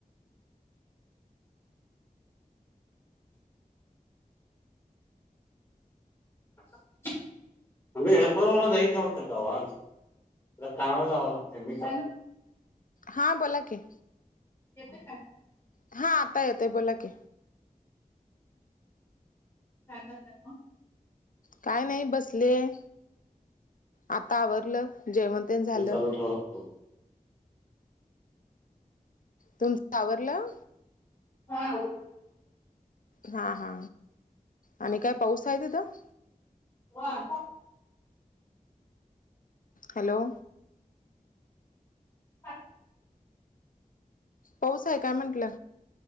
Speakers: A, on the left; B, on the left.
A: <unintelligible> आता कामाला जावं लागतंय. मी तर -
B: हां बोला की.
A: येतोय का?
B: हा. आता येतोय बोला की.
A: काय करताय? मग
B: काय नाही बसलेय. आता आवरलं जेवण. तेन झालं
A: हे चालू ठेवावा लागतो.
B: तुमचं आवरलं?
A: हा. आव -
B: हा हा आणि काय पाऊस आहे तिथं?
A: हो
B: हॅलो.
A: ह
B: पाऊस आहे काय म्हंटल?